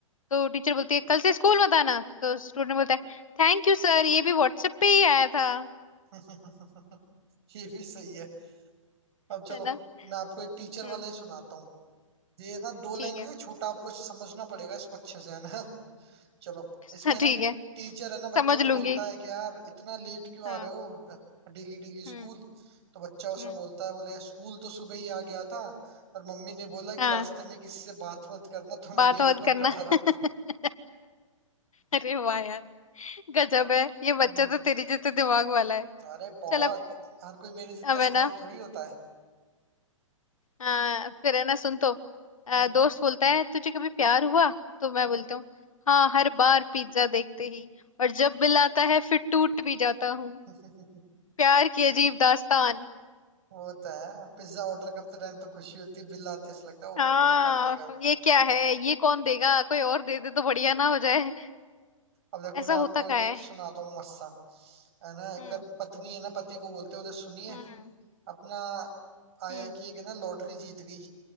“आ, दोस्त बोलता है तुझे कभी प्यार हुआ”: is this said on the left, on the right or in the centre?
Left